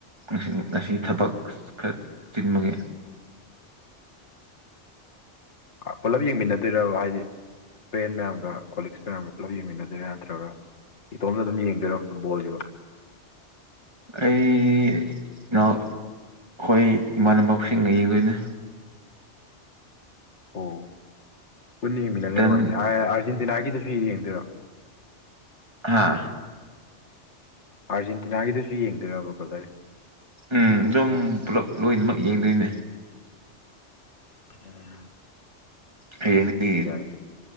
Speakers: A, on the right (about 25°); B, on the left (about 70°).
A: ꯉ ꯉꯁꯤ ꯊꯕꯛ ꯈꯔ ꯆꯤꯟꯕꯒꯤ
B: ꯑꯣ ꯄꯨꯂꯞ ꯌꯦꯡꯃꯤꯟꯅꯗꯣꯏꯔꯕ ꯍꯥꯏꯗꯤ ꯐ꯭ꯔꯦꯟ ꯃꯌꯥꯝꯒ ꯀꯣꯂꯤꯛꯁ ꯃꯌꯥꯝꯒ ꯄꯨꯂꯞ ꯌꯦꯡꯃꯤꯟꯅꯗꯔꯥ ꯅꯠꯇ꯭ꯔꯒ ꯏꯇꯣꯝꯇ ꯑꯗꯨꯝ ꯌꯦꯡꯗꯣꯏꯔ ꯐꯨꯠꯕꯣꯜꯁꯤꯕꯣ
A: ꯑꯩ ꯢꯅꯥꯎ ꯑꯩꯈꯣꯏ ꯏꯃꯥꯟꯅꯕꯁꯤꯡꯒ ꯌꯦꯡꯗꯣꯏꯅꯦ
B: ꯑꯣ ꯄꯨꯟꯅ ꯌꯦꯡꯃꯤꯟꯅꯕꯅꯤꯅ
A: ꯏꯇꯟ
B: ꯅꯨꯡꯉꯥꯏꯅꯤ ꯑꯥꯔꯖꯦꯟꯇꯤꯅꯥꯒꯤꯗꯨꯁꯨ ꯌꯦꯡꯗꯣꯏꯔꯥ
A: ꯍꯥꯥ
B: ꯑꯥꯔꯖꯦꯟꯇꯤꯅꯥꯒꯤꯗꯨꯁꯨ ꯌꯦꯡꯗꯣꯏꯔꯕ ꯕ꯭ꯔꯗꯔ
A: ꯎꯝ ꯑꯗꯨꯝ ꯄꯨꯂꯞ ꯂꯣꯏꯅꯃꯛ ꯌꯦꯡꯗꯣꯏꯅꯦ
B: ꯎꯝ
A: ꯍꯌꯦꯡꯗꯤ
B: ꯑꯗꯨꯗꯤ ꯌꯥꯏ